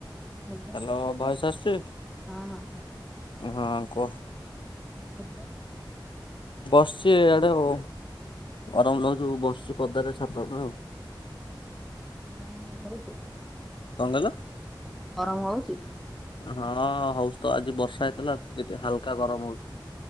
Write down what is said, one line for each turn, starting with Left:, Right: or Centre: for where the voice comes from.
Centre: କଣ କରୁଛ?
Left: ହ୍ୟାଲୋ ଭୟସ ଆସୁଛି
Centre: ହଁ ହଁ
Left: ହଁ। କୁହ।
Centre: କନ୍ କରୁଛ?
Left: ବସିଛି ଆଡେ ଆଉ ଗରମ ଲାଗୁଛୁ ବସିଛି ପଦାରେ ଆସ୍ <unintelligible>
Centre: ଆ ମୁ ରହୁଚି।
Left: କଣ କହିଲ?
Centre: ଗରମ ହଉଚି?
Left: ହଁ ହଉଛି ତ ଆଜି ବର୍ଷା ହେଇଥିଲା ତ କେତେ ହାଲକା ଗରମ ହଉଛି।